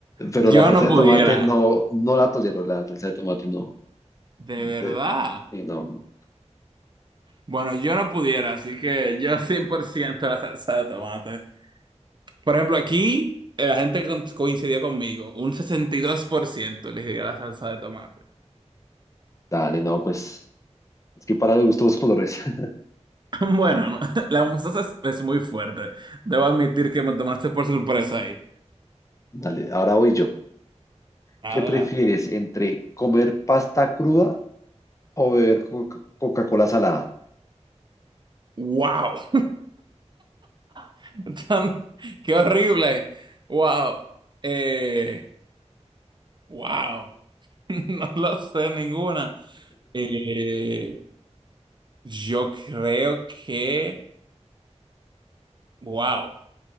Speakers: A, on the left (about 25°); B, on the right (about 40°).
A: Pero
B: Yo
A: la salsa
B: no
A: de
B: pudiera.
A: Claro. tomate no, no la tolero, la salsa de tomate no.
B: De verdad.
A: De- sí, no, no.
B: Bueno, yo no pudiera, así que yo <laughs> 100% la salsa de tomate. Por ejemplo, aquí eh, la gente con- coincidió conmigo. Un 62% elegiría la salsa de tomate. <laughs>
A: Dale, no, pues es que para los gustos los colores. <laughs>
B: Bueno, no, <laughs> la mostaza es, es muy fuerte. Debo admitir que me tomaste por sorpresa ahí.
A: Dale, ahora voy yo.
B: Adelante.
A: ¿Qué prefieres entre comer pasta cruda o beber Coca- Coca-Cola salada?
B: Wow. <laughs> Tan- Qué horrible. Wow. Eh, wow. <laughs> No lo sé ninguna. Eh, yo creo que, wow.